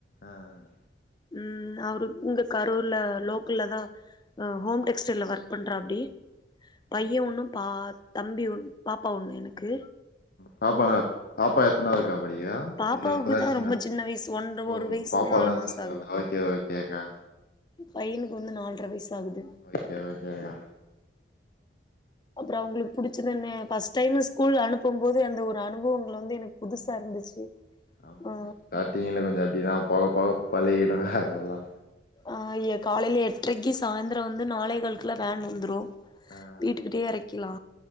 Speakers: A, on the left; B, on the left.
A: ஆ ஆ
B: ம் அவரு இங்க கரூர்ல லோக்கல்ல தா ஹோம் டெக் ஹாஸ்டல்ல வர்க் பண்றா அப்டி பைய
A: ஓகே
B: ஒண்ணு பா தம்பி ஒண் பாப்பா ஒண்ணு எனுக்கு
A: பாப்பால பாப்பா எத்தனாவதுகா படிக்ரா
B: பாப்பாவுக்கு
A: இல்ல இப்பதா
B: தா
A: சின்ன
B: ரொம்ப வயசு ஒன்ற
A: ஓ
B: ஒரு வயசு
A: பாப்பாதா
B: நாலு மாசோ
A: சின்னவலா ஓக்கே ஓக்கேகா
B: பையினுக்கு வந்து நால்ர வயிஸ் ஆகுது
A: ஓகே ஓகேங்கா
B: அப்றோ அவங்ளுக் புடிச்சிதென்ன பஸ்டைம்மு ஸ்கூல் அனுப்பும் போது அந்த ஒரு அனுபவுங்கள் வந்து எனுக் புதுசா இருந்துச்சு
A: ஆமாங்கா
B: ஆ
A: ஸ்டாட்டிங்ல கொஞ்சோ அப்டிதா போக போக பழகிடுங்க அதலா
B: ஆ ய காலையில எட்ரைக்கு சாய்ந்ரோ வந்து நாளேகாள்க்குலா வேன் வந்துரோ
A: ஆ
B: வீட்டுக்கிட்டே எறைக்கிலா